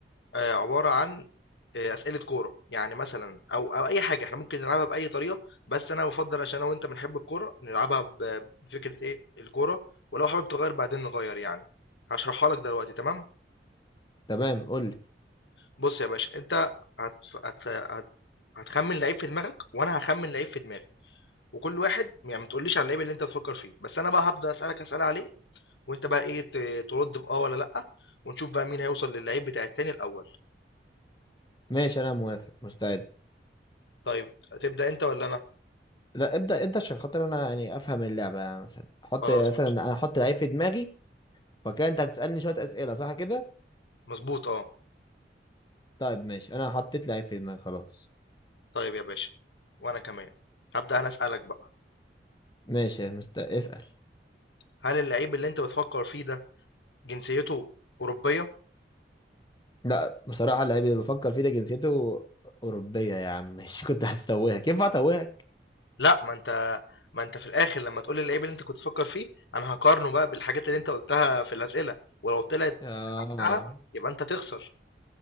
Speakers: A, on the left; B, on the left.
A: آه، عبارة عن آه، أسئلة كورة يعني مثلا أو أو أي حاجة احنا ممكن نلعبها بأي طريقة بس أنا بفضل عشان أنا وأنت بنحب الكورة نلعبها ب- بفكرة إيه الكورة ولو حابب تغير بعدين نغير يعني هشرحها لك دلوقتي تمام
B: تمام قول لي
A: بص يا باشا أنت هت... هت... هت... هتخمن لعيب في دماغك وأنا هخمن لعيب في دماغي وكل واحد يعني ما تقوليش على اللعيب اللي انت تفكر فيه بس انا بقى هبدا اسالك اسئله عليه وانت بقى ايه ت- ترد باه ولا لا ونشوف بقى مين هيوصل للعيب بتاع التاني الاول
B: ماشي انا موافق مستعد
A: طيب هتبدا انت ولا انا
B: لا ابدأ انت عشان خاطر انا يعني افهم اللعبة يعني مثلا حط
A: خلاص
B: مثلا
A: ماشي
B: انا احط لعيب في دماغي فكده انت هتسألني شوية اسئلة صح كده
A: مظبوط اه
B: طيب ماشي انا حطيت لعيب في دماغي خلاص
A: طيب يا باشا وانا كمان هبدا انا اسالك بقى
B: ماشي مست... اسأل
A: هل اللعيب اللي انت بتفكر فيه ده جنسيته اوروبيه
B: لا بصراحة اللعيب اللي بفكر فيه ده جنسيته أوروبية يا عم <laughs> مش كنت هستوهك ينفع اتوهك
A: لا ما انت ما انت في الاخر لما تقول لي اللعيب اللي انت كنت تفكر فيه انا هقارنه بقى بالحاجات اللي انت قلتها في الاسئله ولو طلعت
B: اه
A: عكسها يبقى انت تخسر